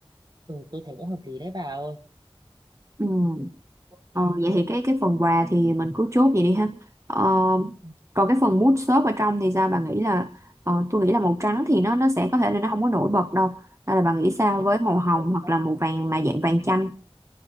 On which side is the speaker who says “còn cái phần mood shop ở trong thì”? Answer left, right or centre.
Right